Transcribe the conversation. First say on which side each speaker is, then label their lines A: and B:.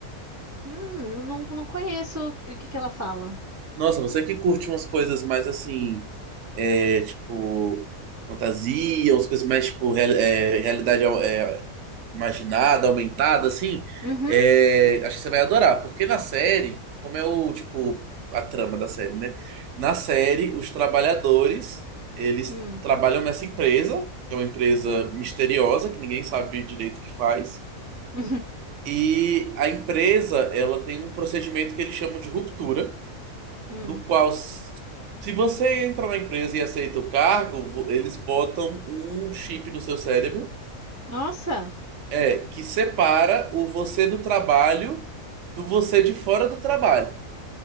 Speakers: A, on the right (about 15°); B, on the right (about 60°).
A: hum, não, não conheço o que que ela fala.
B: Nossa, você que curte umas coisas mais assim é, tipo, fantasia, umas coisas mais, tipo, real- é, realidade é, imaginada, aumentada, assim,
A: Uhum,
B: é, acho que você vai adorar, porque na série, como é o, tipo, a trama da série, né? Na série, os trabalhadores, eles
A: hum,
B: trabalham nessa empresa, que é uma empresa
A: hum,
B: misteriosa, que ninguém sabe direito o que faz,
A: <laughs>
B: e a empresa, ela tem um procedimento que eles chamam de ruptura,
A: hum.
B: do qual, se você entra na empresa e aceita o cargo, vo- eles botam um chip no seu cérebro
A: Nossa,
B: é, que separa o você do trabalho do você de fora do trabalho.